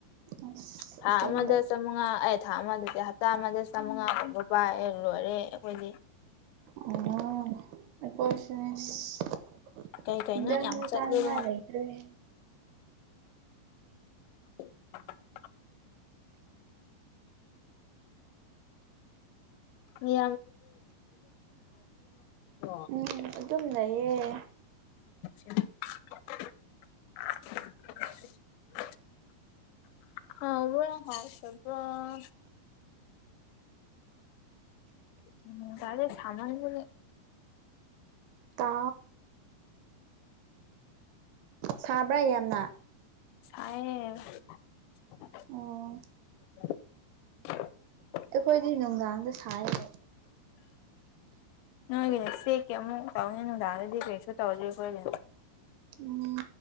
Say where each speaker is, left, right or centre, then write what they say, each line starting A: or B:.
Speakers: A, on the right (about 75°); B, on the left (about 85°).
A: ꯑꯁ
B: ꯊꯥ
A: ꯑꯁꯦꯡꯕ
B: ꯑꯃꯗ ꯆꯝꯃꯉ ꯑꯦ ꯊꯥ ꯑꯃꯗ ꯍꯥ ꯆꯥꯝꯃꯗ ꯆꯥꯝꯃꯉꯥꯒꯕ ꯄꯥꯏꯑꯦ ꯂꯣꯏꯔꯦ ꯑꯩꯈꯣꯏꯗꯤ
A: ꯎꯝ <unintelligible>
B: ꯀꯩ ꯀꯩꯅꯣ ꯌꯥꯝ ꯆꯠꯂꯦꯕ
A: ꯆꯥꯅꯤꯡꯉꯥꯏ ꯂꯩꯇꯔ꯭ꯦ
B: <unintelligible> ꯎꯝ ꯑꯦ <unintelligible>
A: ꯎꯝ ꯑꯗꯨꯝ ꯂꯩꯌꯦ
B: <unintelligible> ꯍꯥꯎꯕꯔꯥ ꯍꯥꯎꯇꯕꯔꯣ ꯎꯝ ꯀꯥꯁꯦ ꯁꯥꯃꯟꯈꯔ꯭ꯦ
A: ꯇꯥ ꯁꯥꯕ꯭ꯔꯥ ꯌꯥꯝꯅ
B: ꯁꯥꯏꯌꯦ
A: ꯑꯣ ꯑꯩꯈꯣꯏꯗꯤ ꯅꯨꯡꯗꯥꯡꯗ ꯁꯥꯏꯌꯦ
B: ꯅꯣꯏꯒꯤꯅꯦ ꯆꯦꯛ ꯀꯦ ꯑꯃꯨꯛ ꯇꯧꯅꯤ ꯅꯨꯡꯗꯥꯗꯗꯤ ꯀꯩꯁꯨ ꯇꯧꯗꯦ ꯑꯩꯈꯣꯏꯒꯤꯅ
A: ꯎꯝ